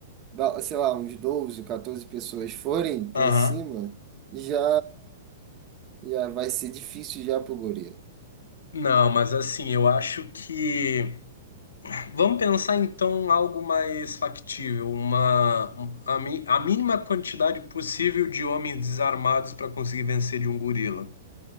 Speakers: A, on the right; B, on the left.
A: ba- sei lá, uns 12 14 pessoas forem pra
B: Aham.
A: cima, já, já vai ser difícil já pro gorila.
B: Não, mas assim, eu acho que. Vamos pensar então algo mais factível. Uma. um- A, mi- a mínima quantidade possível de homens desarmados para conseguir vencer de um gorila.